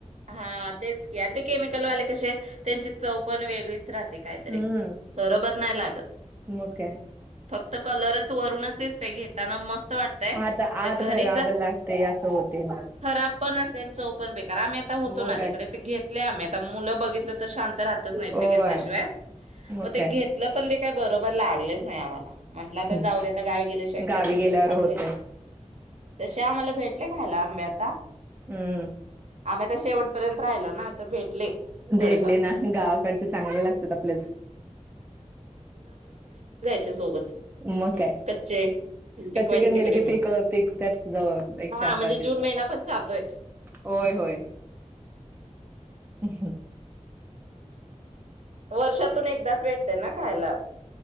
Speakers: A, on the right (about 60°); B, on the right (about 15°).
A: हा तेच की आणि ते केमिकलवाले कसे त्यांची चव पण वेगळीच राहते ते काय तरी
B: हम्म
A: ते बरोबर नाही लागत
B: मग काय
A: फक्त कलर ववरूनच दिसतय घेताना मस्त वाटतय
B: आत आत
A: घरी
B: खराब लागते असं होते मग
A: खब पण चव पण बेकार आम्ही होतों
B: मग काय
A: तिकडे मुलं बघितल्यावर शांत राहत नाही
B: होय
A: मध्ये घेतल्या शिवाय
B: मग
A: मी ते
B: काय
A: काय बरोबर बरोबर लागलेच नाही आम्हाला. म्हंटलं आ तर
B: हम्म
A: जाऊ दे आता गावी गेल्याशिवाय खायचेच
B: गावी गेल्यावर
A: नाही आंबे
B: होतय
A: तसे आम्हाला भेटले खायला. आंबे आता
B: हम्म.
A: आम्ही आता शेवपर्यंत राहिलो ना तर भेटले थोडेफार
B: धरले ना गावाकडचे चांगले लागतात आपल्याच.
A: चे सोबत
B: मग काय
A: कच्चे पिकवायचे
B: कच्चे घेऊन
A: तिकडे
B: गेले की
A: नेऊन
B: पिक पिकतात एक
A: हा
B: चार
A: म्हणजे
B: पाच दिवस
A: जून महिना पण जातोय.
B: होय. होय. ह हं
A: वर्षातून एकदाच भेट त्यांना खायला